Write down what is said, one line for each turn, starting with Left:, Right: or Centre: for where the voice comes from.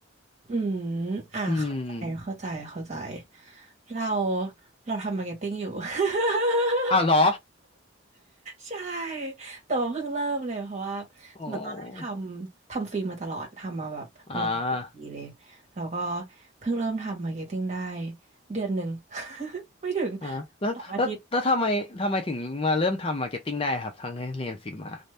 Right: อืมอ่าเข้าใจเข้าใจเข้าใจ
Left: อืม
Right: เรา เราทำมาร์เก็ตติ้งอยู่ <laughs>
Left: อ้าวเหรอ
Right: ใช่แต่ว่าเพิ่งเริ่มเลยเพราะว่า
Left: โอ้อ
Right: เหมือนตอนแรกทำทำฟิล์มมาตลอดทำมาแบบประมาณสอปีเลยแล้วก็
Left: ่า
Right: เพิ่งเริ่มทำมาร์เก็ตติ้งได้เดือนหนึ่ง <laughs> ไม่ถึง
Left: อ่าแล้วแล้วแล้วทำไมทำไมถึงมาเริ่มทำมาร์เก็ตติ้งได้ครับทั้งที่เรียนฟิล์มมา
Right: สองอาทิตย์